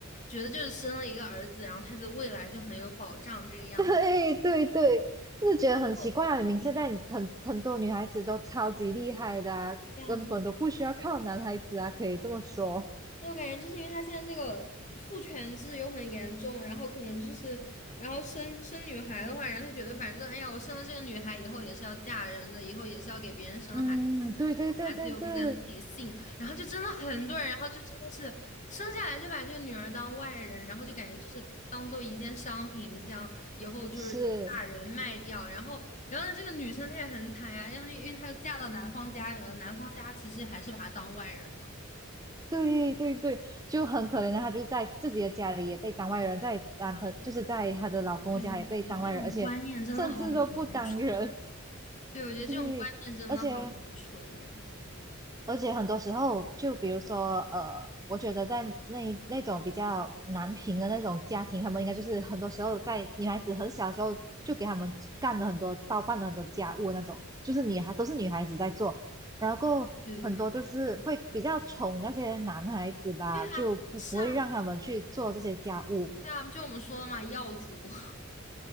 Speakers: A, on the left (about 35°); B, on the right (about 20°).
A: 觉得就是生了一个儿子，然后他的未来就很有保障这个样子。
B: <laughs> 对对对，就是觉得很奇怪啊！
A: 哦对呀
B: 明明现在很很多女孩子都超级厉害的啊，
A: 这样啊
B: 根本都不需要靠男孩子啊，可以这么说。
A: 那我感觉就是因为他现在这个父权制又很严重，然后可能就是，然后生生女孩的话，然后他觉得反正哎呀，我生了这个女孩以后也是要嫁人的，以后也是要给别人生孩子，
B: 嗯，对对对对对，
A: 生孩子又不跟自己姓，然后就真的很多人，然后就真的是生下来就把这个女儿当外人，然后就感觉就是当做一件商品一样，以后就是把人卖掉，
B: 是，
A: 然后然后呢这个女生她也很惨呀、因为因为她又嫁到男方家里了，男方家其实还是把她当外人的。
B: 对对对，就很可怜的，她就在自己的家里也被当外人，在男朋就是在她的老公家也被当外人，
A: 啊。对，我觉得这种观念真的好愚蠢。
B: 而且甚至都不当人，
A: 对，我觉得这种观念真的好愚蠢呢、
B: 对，而且而且很多时候，就比如说，呃，我觉得在那那种比较难平的那种家庭，他们应该就是很多时候在女孩子很小的时候就给他们干了很多包办了很多家务那种，就是女孩都是女孩子在做，然后很多都是会比较宠那些男孩子吧，
A: 对对对啊，
B: 就不不会让他们去做这些家务。
A: 是啊，对啊，就我们说了嘛，耀祖 <laughs>